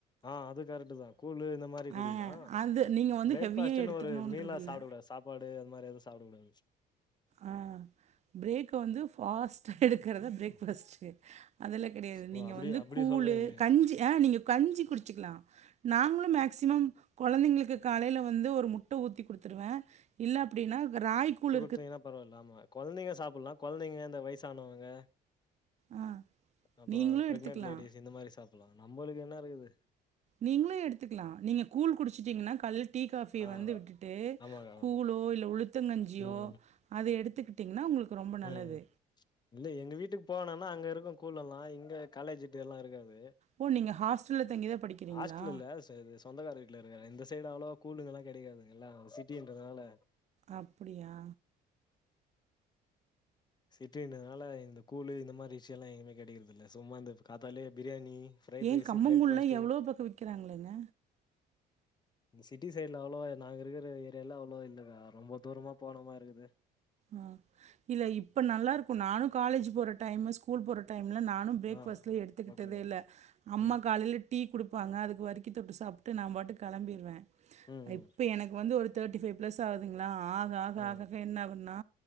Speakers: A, on the left; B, on the right.
A: ஆ அது கரெக்ட் தா கூல்லு இந்த மாரி குடிக்கலாம்
B: ஆ அது நீங்க வந்து
A: பிரேக்பஸ்ட்னு
B: ஹெவியா எடுத்துக்கணுன்றதில்ல
A: ஒரு மீலா சாப் சாப்பாடு அது மாரி எதுவும் சாப்டக்க கூடாது
B: ஆ பிரேக்க வந்து ஃபாஸ்ட்டா எடுக்கிறத பிரேக்ஃபஸ்ட்டு அதெல்லா கிடையாது
A: ஓ
B: நீங்க
A: அப்டி
B: வந்து
A: அப்டி
B: கூழ்
A: சொல்றீங்க நீங்க
B: கஞ்சி ஆ நீங்க கஞ்சி குடிச்சிக்கலாம் நாங்களும் மேக மே்சிமம் குழந்தைங்களுக்கு காலையில வந்து ஒரு முட்ட ஊத்தி குடுத்துடுவ இல்ல அப்படின்னா ராய்கூல்
A: <unintelligible> ஏன்னா பரவாயில்ல குழந்தைங்க சாப்பிடல்லா குழந்தைங்க இந்த வயசானவங்க
B: ஆ
A: அப்ரோ
B: நீங்களு
A: பிரெக்னன்ட்
B: எடுத்துக்கலா
A: லேடிஸ் இந்த மாரி சாப்டலா நம்மளுக்கு என்ன இருக்குது
B: நீங்களும் எடுத்துக்கலாம் நீங்க கூழ் குடிச்சட்டீங்கன்னா காலையில டீ காஃபியை
A: ஆ
B: வந்து விட்டுட்டு
A: ஆமாங்க ஆமாங்க
B: கூளோ இல்ல உளுத்தங்கஞ்சியோ
A: ம்
B: அத எடுத் துக்கிட்டீங்கன்னா உங்களுக்கு ரொம்ப நல்லது
A: ம் ம் இல்ல எங்க வீட்டுக்கு போவேன்னா ஆனா அங்க இருக்கும் கூல் எல்லாம் இங்க காலேஜ்ட்டுல்லாம் இருக்காது
B: ஓ நீங்க ஹாஸ்டல்ல தங்கிதா படிக்கிறீங்களா
A: ஹாஸ்டல்ல இது சொந்தக்கார வீட்டுல இருக்குற இந்த சைடு அவ்வளவா கூளுங்கல்லாம் கிடைக்காதுங்க எல்லா சிட்டின்றது நால்ல
B: அப்டியா
A: சிட்டின்றதுனால இந்த கூல்லு இந்த மாதிரி விஷய எல்லாம் எங்கேுமே கிடைறதில்லலை சும்மா இந்த காத்தாலயே இந்த பிரியாணி ஃப்ரைட்
B: ஏய
A: ரைஸு
B: கம்மங்கள்ளலாம்
A: பிரேக்ஃபாஸ்ட்டு
B: எவ்வளவு பக்கம் விக்கிறாங்களேங்க
A: இந்த சிட்டி சைடுல அவ்வளோ நாங்க இருக்கிற ஏரியாலாம் அவ்வளோ இல்லலைகா ரொம்ப தூரமா போனமாரி இருக்குது
B: அ இல்ல இப்ப நல்லா இருக்கும் நானும் காலேஜ் போற டைம் ஸ்கூல் போற டைம் நானும் பிரேக்ஃபஸ்ட்ல
A: ஆ
B: எடுத்துக்கிட்டதே
A: ஓகே ஓகே
B: இல்ல அம்மா
A: ம்
B: காலையில டீ குடுப்பாங்க அதுக்கு வரிக்கு தொட்டு சாப் ட்டு நா பாட்டுக்கு கிளம்பிருவ
A: ம் ம்
B: இப்ப எனக்கு வந்து ஒரு தேர்டி பைவ் பிளஸ் ஆகுதுங்களா ஆக ஆக
A: ஆ
B: ஆக என்ன ஆவது ன்னா